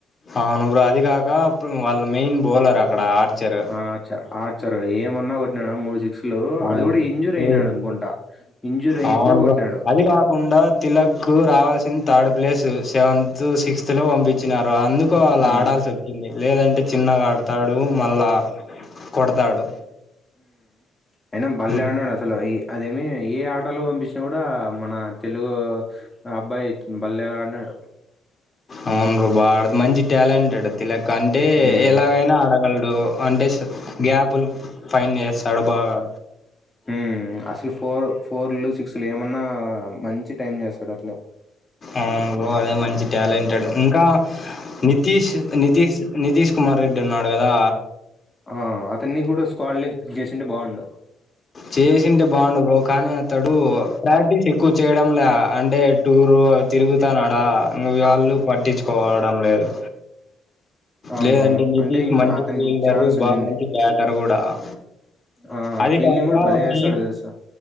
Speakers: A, on the left; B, on the left.
A: అవునుప్పుడు అదికక అప్పు వాళ్ళ మెయిన్ బోలర్ ఆ ఇక్కడ ఆర్చర్
B: ఆ చ ఆర్చరు ఏమన్నా ఒట్టినాడ మూడు సిక్స్ ఈలు
A: అవును
B: అది కూడా ఇంజూర్ అయినారు అనుకుంటా ఇంజూర్ అయ్యి
A: అవునుగా
B: కూడా కొట్టినాడు
A: అది కాకుండా తిలక్ రావల్ సిన్ థర్డ్ ప్లేసు యాన్ తు సిక్స్త్ ల వంపి చ్చిన్నారు అందుకు అలా
B: ఉమ్
A: ఆడాల్సి వచ్చింది లేదంటే చిన్నగా ఆడతాడు మళ్ళా కొడతాడు
B: అయిన బల్లె
A: హ్మ్.
B: అనడు అసలు ఈ అదేమి ఏ ఆటలో పంపించినా కూడా మన తెలుగు ఆ అబ్బాయి బలెగ ఆడినాడు
A: అవును బ్రో వాడ మంచి ట్యాలెంటెడ్ తిలక్ అంటే
B: ఉమ్
A: ఎలాగైనా ఆడగలడు అంటే గ్యాపులు ఫైన్ యేస్తాడు బాగా
B: ఉమ్ అసలు ఫోర్ ఫోర్లు సిక్స్ లు ఏమన్నా మంచి టైం చేస్తాడు అట్లా
A: ఆవును బ్రో అదే మంచి ట్యాలెంటెడ్ ఇంకా నీతీష్ నితీశ్ నితీష్ కుమార్ రెడ్డి ఉన్నాడు కదా
B: ఆ అతన్ని కూడా స్క్వాడ్ లీక్ చేసింటే బాగుండు
A: చేసింటే బాగుండు బ్రో కానీ అతడు ప్రాక్టీస్ ఎక్కువు చేయడం లే అంటే టూర్ అవి తిరుగుతన్నాడా ఇ వాళ్ళు పట్టించుకోవడం లేదు
B: అవునవును
A: లేదంటే నితీష్
B: అంటే ఇం-
A: మంచి
B: అతనికి
A: ఫీల్డర్
B: ఛాన్స్
A: బా
B: ఉండింది
A: మంచి బ్యాటర్ కూడా ఆ
B: ఆ
A: అది
B: ఫీల్డింగ్
A: కాక
B: కూడా భలే చేస్తాడు
A: మెయిన్
B: తెలుసా